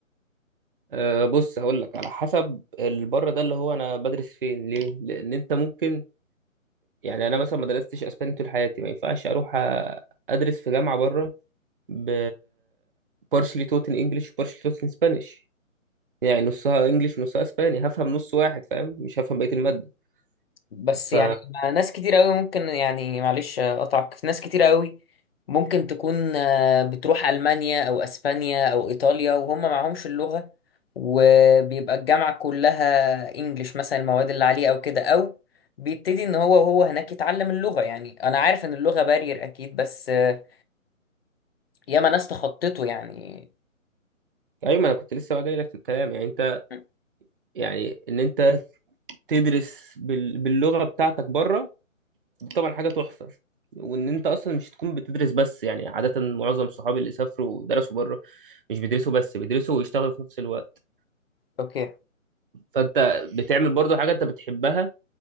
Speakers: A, on the right; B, on the left.
A: أه بص هقول لك على حسب البره ده اللي هو انا بدرس فين ليه لان انت ممكن يعني انا مثلا ما درستش اسباني طول حياتي ما ينفعش اروح أ- ادرس في جامعه بره ب partially taught in English و partially taught in Spanish يعني نصها انجلش ونصها اسباني هفهم نص واحد فاهم مش هفهم بقيه الماده
B: بس
A: ف
B: يعني ما- ناس كتير قوي ممكن يعني معلش اقطعك ناس كتير قوي ممكن تكون آه، بتروح المانيا او اسبانيا او ايطاليا وهم معهمش اللغه وبيبقى الجامعه كلها انجليش مثلا المواد اللي عليه او كده او بيبتدي ان هو وهو هناك يتعلم اللغه يعني انا عارف ان اللغه بارير اكيد بس آه، ياما ناس تخطته يعني
A: ايوه ما انا كنت لسه بقى جاي لك في الكلام يعني انت
B: م.
A: يعني ان انت تدرس بال... باللغه بتاعتك بره طبعا حاجه تحفه وان انت اصلا مش تكون بتدرس بس يعني عاده معظم صحابي اللي سافروا ودرسوا بره مش بيدرسوا بس بيدرسوا ويشتغلوا في نفس الوقت
B: اوكي
A: فانت بتعمل برضه حاجه انت بتحبها